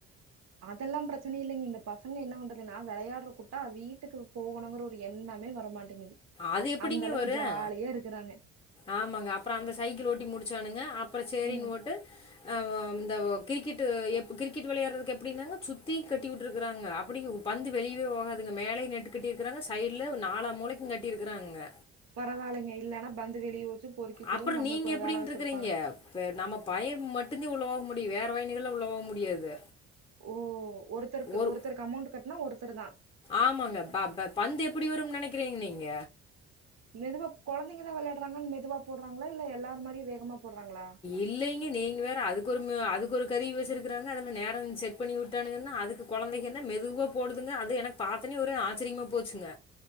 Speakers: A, on the right; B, on the left.
A: அதெல்லா பிரச்சனை இல்லைங்க இந்த பசங்க என்ன பண்றதுன்னா நா வளையாட்ற கூட்டா அது வீட்டுக்கு போகணுங்குற ஒரு எண்ணமே வர மாட்டேங்குது
B: அது எப்படிங்க
A: அந்த அளவுக்கு
B: வரும்?
A: ஜாலியா இருக்குறாங்க
B: ஆமாங்க அப்புறோ அந்த சைக்கிள் ஓட்டி முடிச்சானுங்க அப்புறோ சேரின்னுவுட்டு
A: ம்.
B: ஆமாம் இந்த கிரிக்கெட்டு எப் கிரிக்கெட் விளையாடு்றதுக்கு எப்டினா சுத்தி கட்டி விட்டுருக்குறானுங்க அப்படி பந்து வெளியேவே போகாதுங்க மேலையு நட்டுக்கட்டியிருக்குறாங்க சைட்ல நாலா மூலைக்கும் கட்டியிருக்குறானுங்க
A: பரவாயில்லைங்க இல்லன்னா பந்து வெளியே போச்சு பொறுக்கி கூடுன்னு
B: அப்புறம்
A: நம்ளுக்கு
B: நீங்க
A: ஒரு
B: எப்படின்ட்டு
A: வேல வச்சுருப்பானுங்க
B: இருக்கிறீங்க? நம்ம பயன் மட்டுமந்தே உள்ள போக முடியும் வேற பயனிக உள்ள போக முடியாது
A: ஓ ஒருத்தருக்கு
B: ஒரு
A: ஒருத்தருக்கு அமௌண்ட் கட்னா ஒருத்தர் தா
B: ஆமாங்க பா ப பந்து எப்படி வரும்னு நினைக்கிறீங் நீங்க
A: மெதுவா குழந்தைங்க தா விளையாடுறாங்கனு மெதுவா போடுறாங்களா இல்ல எல்லார் மாரியு வேகமா போடுறாங்களா
B: இல்லைங்க நீங்க வேற அதுக்கு ஒரு அதுக்கு ஒரு கருவி வச்சுருக்கிறானுங்க அதுல நேரா செட் பண்ணி விட்டானுங்கனா அதுக்கு குழந்தைங்கன்னா மெதுவா போடுதுங்க அது எனக்கு பாத்தனே ஒரே ஆச்சரியமா போச்சுங்க